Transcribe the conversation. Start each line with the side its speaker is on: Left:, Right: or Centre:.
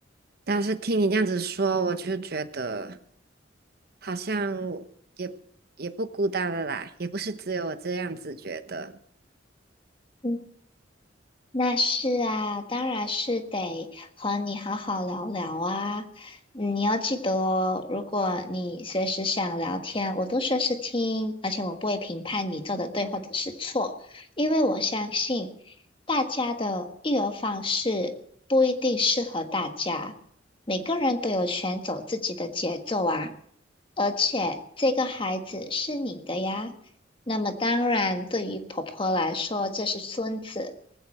Right: 但是听你这样子说，我就觉得好像也也不孤单了啦，也不是只有我这样子觉得。
Left: 嗯，那是啊，当然是得和你好好聊聊啊。嗯你要记得哦，如果你随时想聊天，我都随时听，而且我不会评判你做的对或者是错，因为我相信大家的育儿方式不一定适合大家，每个人都有权走自己的节奏啊。而且这个孩子是你的呀，那么当然，对于婆婆来说，这是孙子。